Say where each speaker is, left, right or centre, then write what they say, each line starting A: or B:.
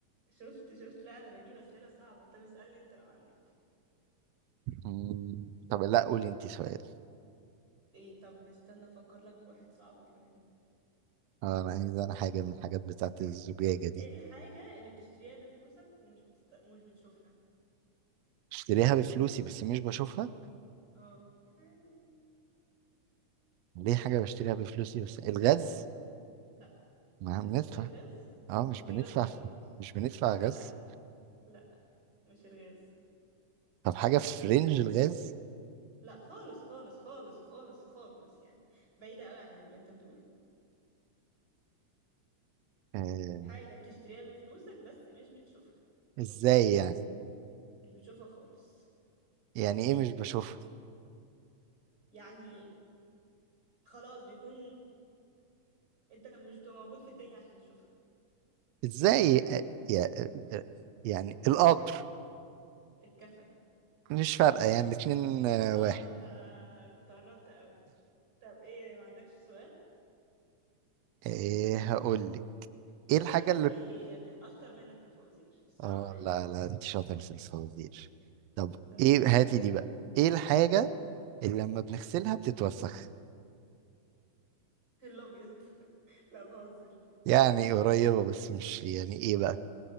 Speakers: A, on the right (about 30°); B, on the right (about 70°).
A: شفت شفت لا انا بجيب أسئلة صعبة طب اسألني انت لو عندك
B: مم، طب لا قولي انت سؤال
A: ايه طب استنى افكر لك في واحد صعب كمان أم،
B: آه، انا عايز انا حاجة من الحاجات بتاعت الزجاجة دي
A: ايه الحاجة اللي بتشتريها بفلوسك ومش بتست... ومش بتشوفها
B: بشتريها بفلوسي بس مش بشوفها
A: اه يعني
B: ليه حاجة بشتريها بفلوسي بس الغاز
A: لا
B: ما
A: انت
B: بندفع
A: بتشتري غاز
B: اه
A: انت بتشتري
B: مش بندفع
A: غاز ليه <laughs>
B: مش بندفع
A: لا
B: غاز
A: لا مش الغاز
B: طب حاجة في رينج الغاز
A: لا خالص خالص خالص خالص خالص يعني بعيدة قوي عن اللي انت بتقوله
B: آه.
A: حاجة بتشتريها بفلوسك بس مش بتشوفها
B: ازاي يعني
A: مش بتشوفها خالص
B: يعني ايه مش بشوفها
A: يعني خلاص بيكون انت مش بتبقى موجود في الدنيا عشان تشوفها
B: ازاي آه، يا- آه، يعني القطر
A: الكفن
B: مش فارقة يعني الاتنين آه،
A: اه
B: واحد
A: انت كنت قربت قوي طب إيه يعني ما عندكش سؤال؟
B: ايه هقول لك ايه الحاجة
A: بس أنا
B: اللي
A: شكلي أشطر منك في الفوازير الصراحة
B: اه
A: يعني
B: لا لا انت شاطر في الفوازير طب
A: طب
B: ايه
A: قولي
B: هاتي دي بقى ايه الحاجة اللي لما بنغسلها بتتوسخ
A: الأبيض <laughs> لا بهزر
B: يعني قريبة بس مش يعني ايه بقى